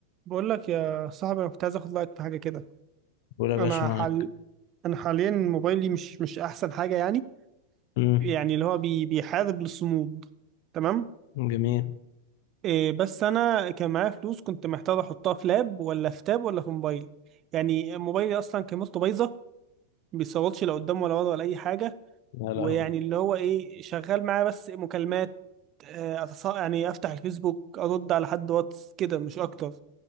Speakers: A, on the right (about 25°); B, on the left (about 55°).
A: بقول لك يا صاحبي انا كنت عايز اخد رايك في حاجه كده
B: قول يا باشا
A: انا
B: معاك
A: حال انا حاليا موبايلي مش مش احسن حاجه يعني
B: امم
A: يعني اللي هو بي... بيحارب للصمود تمام
B: جميل
A: إيه بس انا كان معايا فلوس كنت محتاج احطها في لاب ولا في تاب ولا في موبايل يعني موبايلي اصلا كاميرته بايظه ما بيصورش لا قدام ولا ورا ولا اي حاجه
B: يا لهوي
A: ويعني اللي هو ايه شغال معايا بس مكالمات آه، أتص... يعني افتح الفيسبوك ارد على حد واتس كده مش اكتر